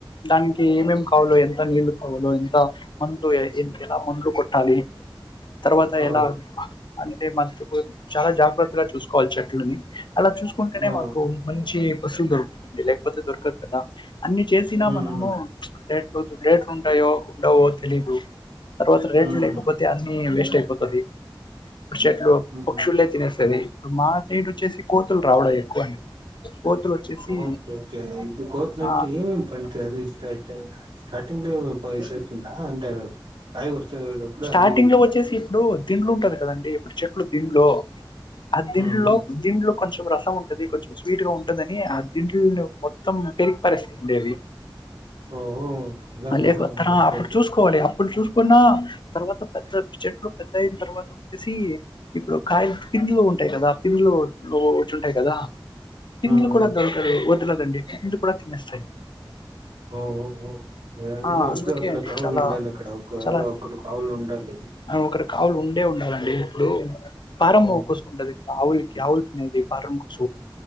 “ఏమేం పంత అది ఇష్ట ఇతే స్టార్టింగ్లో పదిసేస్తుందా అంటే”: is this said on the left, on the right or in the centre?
Right